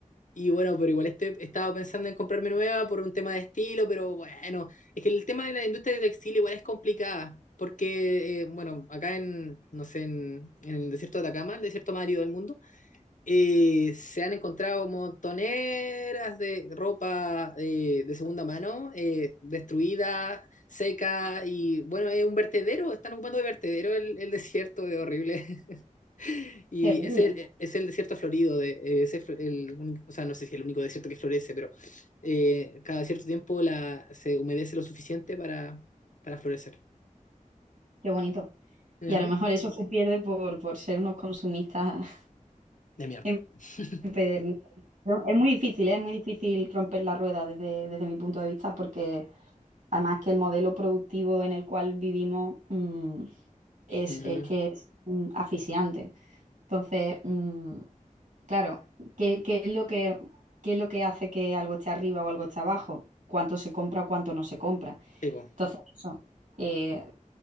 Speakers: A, on the left; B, on the right.
A: Y bueno, pero igual estoy, estaba pensando en comprarme nueva por un tema de estilo, pero bueno, es que el tema de la industria de textil igual es complicada, porque, eh, bueno, acá en, no sé, en, en el desierto de Atacama, el desierto más árido del mundo, Y se han encontrado montoneras de ropa eh, de segunda mano, eh, destruida, seca, y bueno, es un vertedero, están ocupando de vertedero el, el desierto de horrible. <laughs> Y
B: Terrible.
A: es el, es el desierto florido, de, eh, es el, el único- o sea, no sé si es el único desierto que florece, pero eh, cada cierto tiempo la, se humedece lo suficiente para, para florecer.
B: Qué bonito.
A: Ujú.
B: Y a lo mejor eso se pierde por, por ser unos consumistas
A: De mierda.
B: <laughs>
A: <laughs>
B: empedernido. Pero Es muy difícil, ¿eh? Es muy difícil romper la rueda desde, desde mi punto de vista porque además que el modelo productivo en el cual vivimos mm, es,
A: Ujú.
B: es que es mm, asfixiante. Entonces, mm, claro, ¿qué, qué es lo que, qué es lo que hace que algo esté arriba o algo esté abajo? ¿Cuánto se compra o cuánto no se compra?
A: Sí, po.
B: Entonces, eso. eh,